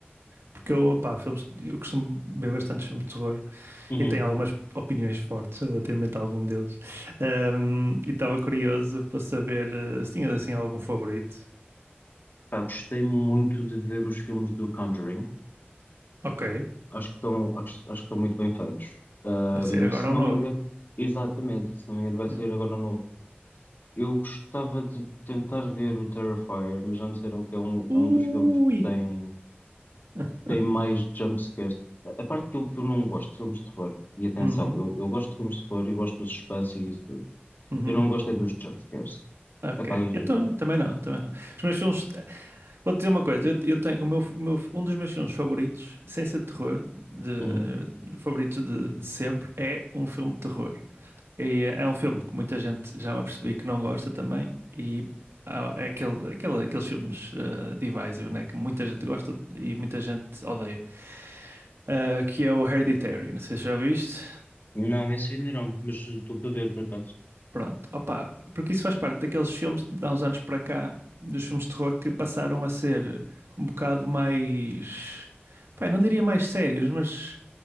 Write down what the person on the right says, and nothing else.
Porque eu, opá, filmes, eu costumo ver bastantes filmes de terror
e tenho algumas opiniões fortes relativamente a algum deles. Ahm, e estava curioso para saber eh, se tinhas assim algum favorito.
Ok,
vai sair agora
um novo.
Yeah.
Ui!
<laughs>
Uhum,
uhum,
ok.
Eu tam- também não, também não. Os meus filmes, Vou-te dizer uma coisa, eu, eu tenho o meu, o meu- um dos meus filmes favoritos, sem ser de terror, de,
de- favoritos de, de sempre, é um filme de terror. E é é um filme que muita gente já me apercebi que não gosta também, e há- é aquele, aquele, aqueles filmes eh, divisive, né, que muita gente gosta e muita gente odeia, Eh, que é o Hereditary, não sei se já viste.
Pronto, opa, porque isso faz parte daqueles filmes de há uns anos para cá, dos filmes de terror que passaram a ser um bocado mais, pá, eu não diria mais sérios, mas